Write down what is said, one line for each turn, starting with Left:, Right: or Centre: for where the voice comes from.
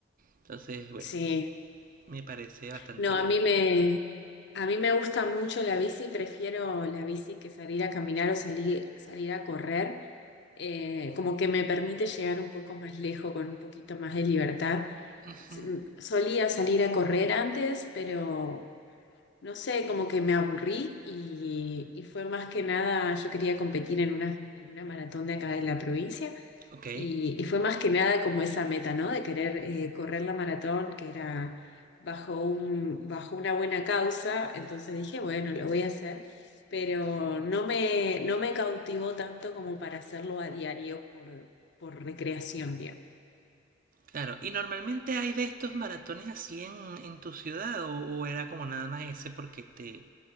Right: Entonces, bueno,
Left: Sí.
Right: me parece bastante
Left: No,
Right: bueno.
Left: a mí me, a mí me gusta mucho la bici, prefiero la bici que salir a caminar o salir, salir a correr. Eh, como que me permite llegar un poco más lejos con un poquito más de libertad.
Right: Ujú,
Left: S- Solía salir a correr antes, pero no sé, como que me aburrí y, y fue más que nada, yo quería competir en una, en una maratón de acá de la provincia.
Right: Ok,
Left: Y, y fue más que nada como esa meta, ¿no? De querer eh, correr la maratón, que era bajo un, bajo una buena causa. Entonces dije, bueno, lo voy a hacer, pero no me, no me cautivó tanto como para hacerlo a diario por, por recreación, digamos.
Right: claro. ¿Y normalmente hay de estos maratones así en, en tu ciudad o, o era como nada más ese porque te,